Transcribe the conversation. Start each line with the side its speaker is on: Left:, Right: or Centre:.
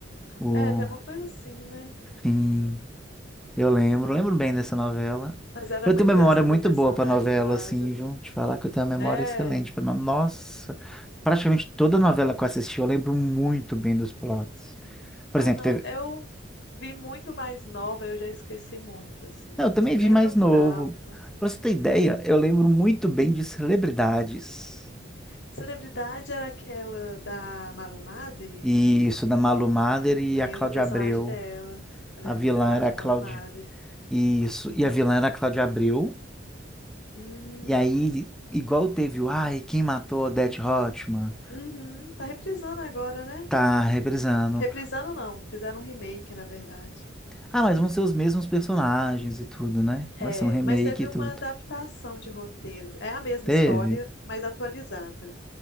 Centre: O,
Left: É, tem uma coisa assim, né?
Centre: sim. Eu lembro, lembro bem dessa novela.
Left: Mas era
Centre: Eu
Left: muito
Centre: tenho uma
Left: engraçado
Centre: memória muito
Left: o personagem
Centre: boa pra novela,
Left: do Lázaro.
Centre: assim, viu? Te falar que eu tenho uma memória
Left: É.
Centre: excelente para Nossa, praticamente toda novela que eu assisti, eu lembro muito bem dos plots. Por
Left: Ah,
Centre: exemplo,
Left: não.
Centre: teve...
Left: Eu vi muito mais nova, eu já esqueci muito, assim.
Centre: Não, eu também vi
Left: Lembro
Centre: mais
Left: por
Centre: novo.
Left: alto.
Centre: Pra você ter ideia, eu lembro muito bem de Celebridades.
Left: Celebridade era aquela da Malu Mader?
Centre: E isso, da Malu Mader e
Left: Lembro
Centre: a Cláudia
Left: do personagem
Centre: Abreu.
Left: dela. Eu lembro
Centre: A vilã
Left: do personagem
Centre: era a Cláudia...
Left: da Malu Mader.
Centre: Isso,
Left: <laughs>
Centre: e a vilã era a Cláudia Abreu.
Left: Hum.
Centre: E aí, igual teve o... Ai, quem matou Odete Roitman?
Left: Uhum, tá reprisando agora, né?
Centre: Tá reprisando.
Left: Reprisando não, fizeram um remake, na verdade.
Centre: Ah, mas vão ser os mesmos personagens e tudo, né?
Left: É,
Centre: Vai ser um remake
Left: mas teve
Centre: e
Left: uma
Centre: tudo.
Left: adaptação de roteiro. É a mesma
Centre: Teve?
Left: história, mas atualizada.